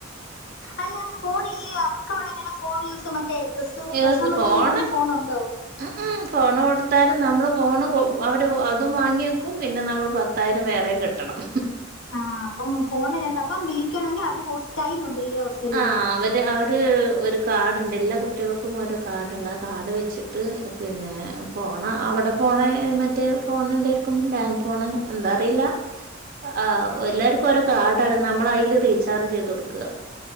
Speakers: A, on the left (about 75°); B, on the right (about 45°).
A: അല്ല ഫോൺ ഇല്ലേ അവർക്ക്വടെ എങ്ങനെ ഫോൺ യൂസ് മറ്റേ പ്ലസ്ടു
B: യൂസ്
A: പ്ലസ് വൺ പഠിക്കുന്ന
B: ഫോണ്
A: മോന് ഫോണുണ്ടോ
B: ഉം ഉം ഫോണ് കൊടുത്താലും നമ്മള് ഫോണ് അവര് അതും വാങ്ങിയേക്കും പിന്നെ നമ്മള് പ പത്തായിരം വേറെയും കെട്ടണം.
A: ആഹ് അപ്പം ഫോൺന്നണ്ട് അപ്പം വിളിക്കണമെങ്കിൽ അവര് ഹോസ്ടൈം ഉണ്ടല്ലേ ഹോസ്റ്റലിൽ
B: ആഹ് അവര് അവര് ഒരു കാർട്ണ്ട് എല്ലാ കുട്ടികൾക്കും ഒരു ഓരോ കാർഡണ്ട് ആഹ് കാർഡ് വെച്ചിട്ട് പിന്നെ ഫോണ അവിടെ ഫോണ മറ്റ് ഫോൺ ഉണ്ടായിരിക്കും ലാൻഡ് ഫോൺ എന്താറിയില്ല ആഹ് എല്ലാർക്കും ഓരോ കാർഡാണ് നമ്മൾ അയിൽ റീചാർജ് ചെയ്ത് കൊട്ക്ക.